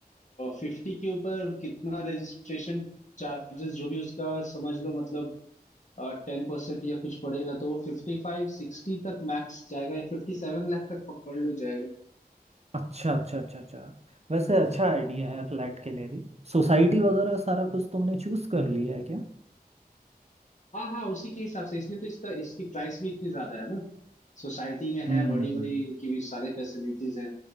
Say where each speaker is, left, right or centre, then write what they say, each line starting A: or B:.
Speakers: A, on the left; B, on the right.
A: फिफ्टी के ऊपर कितना रजिस्ट्रेशन चार्जेस जो भी उसका समझ लो मतलब टेन परसेंट या कुछ पड़ेगा तो वो फिफ्टी फाइव सिक्सटी तक मैक्स जाएगा या फिफ्टी सेवन लाख तक पकड़ लो जाएगा
B: अच्छा अच्छा अच्छा अच्छा वैसे अच्छा आइडिया
A: वाह
B: है फ्लैट के लिए भी सोसाइटी वगैरह सारा कुछ तुमने चूज कर लिया है क्या
A: हाँ हाँ उसी के हिसाब से इसलिए तो इसका इसकी प्राइस भी इतनी ज्यादा है ना सोसाइटी में
B: हम्म
A: है बड़ी बड़ी की भी सारे फैसिलिटीज हैं